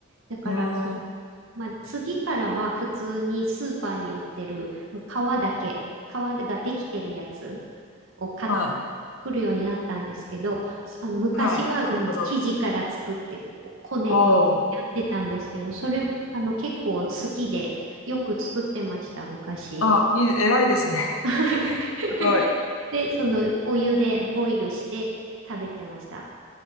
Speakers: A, on the right (about 70°); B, on the left (about 85°).
A: だから、
B: へー、
A: その、まあ、次からは普通にスーパーに売ってる、もう皮だけ、皮ができてるやつを買って
B: はい。
A: 作るようになったんですけど、そあの昔はもう生地から作ってこうこねってやってたんですけど、
B: はい、なるほど。おー、
A: それあの結構好きでよく作ってました、昔。
B: あ、いい、偉いですね。
A: <laughs>
B: <laughs> すごい。
A: で、そのお湯でボイルして食べてました。